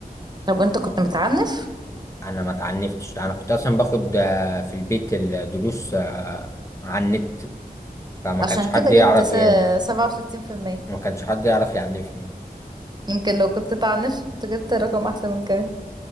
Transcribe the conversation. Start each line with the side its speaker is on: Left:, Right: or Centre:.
Right: طب وانت كنت متعنف
Left: انا ما اتعنفتش انا كنت اصلا باخد آه في البيت الدروس آه على النت فما
Right: عشان
Left: كانش حد
Right: كده
Left: يعرف
Right: جبت
Left: ي-
Right: سبعة وستين في المية
Left: ما كانش حد يعرف يعنفني
Right: يمكن لو كنت تعنف كنت جبت رقم احسن من كده